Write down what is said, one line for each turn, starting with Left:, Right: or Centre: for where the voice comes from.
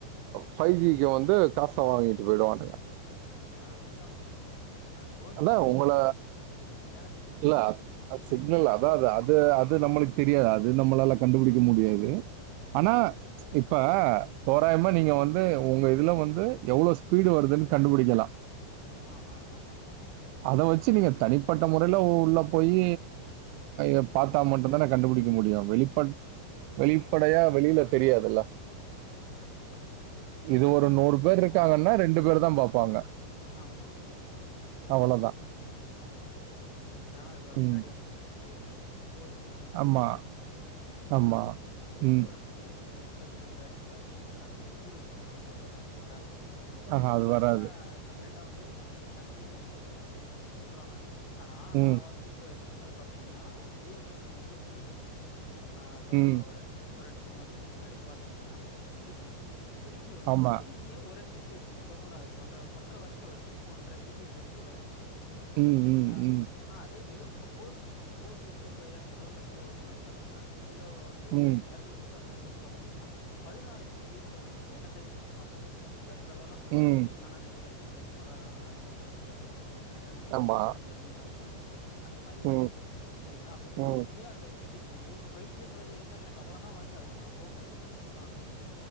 Right: ஃபைவ் ஜிக்கு வந்து காச வாங்கிட்டு போய்டுவானுங்க
Left: காசு தா மெயினு நா அது ஃபோர்ஜியா
Right: அதா
Left: ஃபை
Right: உங்கள
Left: ஜியானு உங்களுக்கு எப்டி தெரியு மேல சிக்னல்
Right: இல்ல
Left: மட்டு காமிச்சிட்டு ஸ்பீடு
Right: சிக்னல்
Left: கம்மியா தான
Right: அதா
Left: வருது
Right: அது அது அது நம்மளுக்கு தெரியாது அது நம்மளால கண்டுபுடிக்க முடியாது ஆனா
Left: இல்ல ஏன் சொல்றேன்னா
Right: இப்ப தோராயமா
Left: சொல்
Right: நீங்க வந்து உங்க இதுல வந்து எவ்ளோ ஸ்பீடு வருதுன்னு கண்டுபுடிக்கலா
Left: அ அ அ அ
Right: அத வச்சு நீங்க தனிப்பட்ட முறையில உள்ள போயி எ பாத்தா மட்டு அப்பத்தான கண்டு பிடிக்க முடியோ வெளிப்பட்
Left: இல்ல.
Right: வெளிப்படையா
Left: ஆமா,
Right: வெளியில தெரியாதுல்ல
Left: ஆமா. கண்டிப்பா.
Right: இது
Left: ஏன்னா,
Right: ஒரு நூறு
Left: ம்.
Right: பேர்
Left: இப்ப
Right: இருக்காங்கன்னா
Left: வந்துட்டு
Right: ரெண்டு பேர் தா பாப்பாங்க
Left: ஆமா
Right: அவ்ளோதா
Left: ஆமா கண்டிப்பா நா இப்போ
Right: ம்.
Left: முன்னாடி வந்து த்ரீ ஜி இருந்துச்சி ஃபோர்ஜி ஃபைஜின்னு
Right: ஆமா.
Left: மாறிச்சு சரிங்ளா
Right: ஆமா.
Left: இப்ப த்ரீஜியோட
Right: ம்.
Left: ஸ் பீடு நீங்க நெட்ல கூகுள்ள அடிச்சு பாத்தீங்கன்னா அந்த ஸ்பீடு வந்து உங்களுக்கு வருதா வராது இப்ப ஒரே
Right: ஆஹா
Left: ட்டவர்ல
Right: அது வராது.
Left: இருந்தா செப்பரேட்டா வந்து கன்சியூம் ஆகி பிரிச்சு குடுக்குதுன்னு சொல்றாங்க ஆனா
Right: ம்.
Left: நா வந்து இப்போ ரீசெண்டா பாத்தீங்கன்னா பி எஸ் என் எல் வந்து த்ரிஜி ஆ இப்போ
Right: ம்.
Left: ஒரு ஒரு ரெண்டு மூணு வருஷத்துக்கு முன்னாடி பார்த்தீங்கண்ணா த்ரு ஜி த்ரீ ஜி வந்து
Right: ஆமா.
Left: த்ரீ ஜியே ஒரு எம் பி பி எஸ் வந்து டவுன்லோட் ஆக ஒன்ற ஒன்ற வரைக்கும் வருது ஒன்ற எம் பி பி எஸ் வரைக்கும் வருது
Right: ம்.
Left: சரிங்ளா
Right: ம். ம்.
Left: ஆ அதே இது நம்ம ஃபோர் ஜி ஃபோர் ஜி வந்து இப்ப ஏர்டெல்லோ இல்ல ஜியோவோ இந்த மாரி பாத்தீங்ன்னா ஜியோ வந் வந்து
Right: ம்.
Left: சாரி ஏர்டெல் வந்து வந்த புதுசுல பாத்தீங்ன்னா பதினாறு எம் பி பி எஸ் வருது எந்த டைம் யூஸ் பண்ணாலு இப்ப செல பேர்லா சொல்வாங்க
Right: ம்.
Left: ஈவ்னிங் ஆனா நெட்டு கெடைக்காது பகலானா நெட்டு கெடைக்காது கன்சியுமர்
Right: ஆமா.
Left: யூசர்ஸ் அதிகமா இருப்பாங்க அந்த மாரி
Right: ம்.
Left: இருக்குது சரிங்ளா அப்ப ஃபோர்
Right: ம்.
Left: ஜியே அந்த எம் பி பி எஸ் குடுக்கும்போது இப்போ ஃபை ஜியே செல பேர் வந்து எனக்கு அவளோ தா வருது அதுக்கு மேல போ மாட்டிகுதா சொல்றாங்க